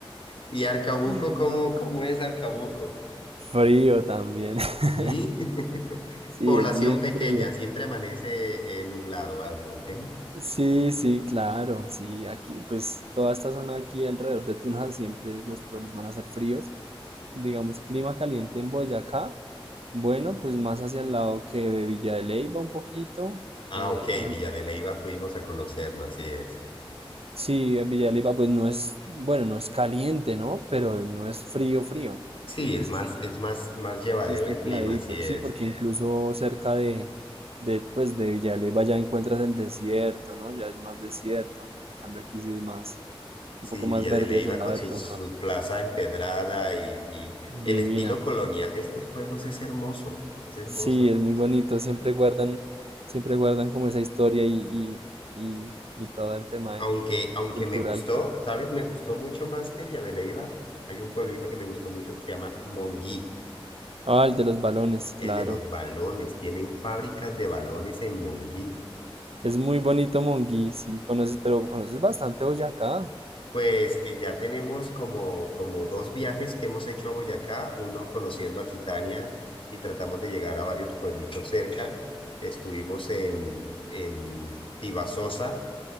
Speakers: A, on the left; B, on the right.
A: ¿Y Arcabuco,
B: <laughs>
A: cómo, cómo es Arcabuco?
B: Frío también. <laughs>
A: Y <laughs>
B: Sí,
A: población
B: es bien
A: pequeña,
B: frío.
A: siempre amanece eh, nublado algo, ¿ok?
B: Sí, sí, claro, sí, aquí pues toda esta zona aquí alrededor de Tunja siempre los pueblos van a ser fríos. digamos, clima caliente en Boyacá, bueno, pues más hacia el lado que de Villa de Leyva un poquito.
A: Ah,
B: eh,
A: ok,
B: Ah,
A: Villa de Leyva fuimos a conocerlo, así es.
B: sí, en Villa de Leyva pues no es, bueno, no es caliente, ¿no? Pero no es frío, frío.
A: Sí,
B: Entonces
A: es más,
B: es más
A: es más, más llevadero
B: templadito,
A: el clima, así
B: sí,
A: es.
B: porque sí. incluso cerca de, de, pues de Villa de Leyva ya encuentras el desierto, ¿no? Ya es más desierto. En cambio aquí sí es más,
A: Sí,
B: un poco más
A: Villa
B: Sí, verde
A: de Leyva
B: hacia el
A: con
B: lado de
A: su,
B: de Tolja.
A: su plaza empedrada y, y el
B: Divina.
A: estilo colonial de estos pueblos es hermoso, es hermoso.
B: Sí, es muy bonito. Siempre guardan, siempre guardan como esa historia y, y, y, y todo el tema
A: Aunque,
B: de-
A: aunque
B: cultural.
A: me gustó, ¿sabes? Me gustó mucho más que Villa de Leyva. Hay un pueblito que me gustó mucho que se llama Monguí,
B: Ah, el de los balones, claro.
A: el de los balones. Tienen fábricas de balones en Monguí.
B: Es muy bonito Monguí, sí, conoces, pero conoces bastante Boyacá,
A: Pues eh, ya tenemos como, como dos viajes que hemos hecho a Boyacá, uno conociendo Aquitania y tratamos de llegar a varios pueblitos cerca. Estuvimos en, en Tibasosa